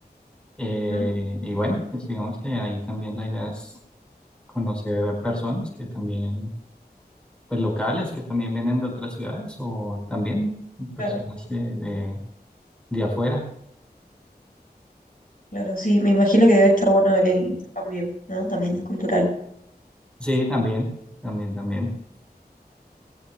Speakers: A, in the centre; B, on the left.
A: Eh,
B: Mm,
A: y bueno, pues digamos que ahí también la idea es conocer personas que también, pues locales, que también vienen de otras ciudades o también personas
B: Claro,
A: de, de, de afuera.
B: claro, sí, me imagino que debe estar bueno el intercambio, ¿no? También cultural.
A: Sí, también, también, también.